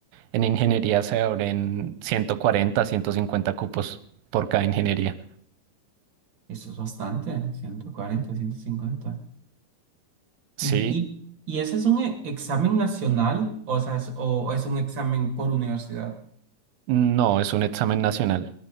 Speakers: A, on the right (about 75°); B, on the right (about 45°).
A: En ingeniería se abren 140, 150 cupos por cada ingeniería.
B: Eso es bastante, ciento cuarenta, ciento cincuenta.
A: Sí,
B: ¿Y, y, y ese es un e- examen nacional o, sea, es, o, o es un examen por universidad?
A: no, es un examen nacional,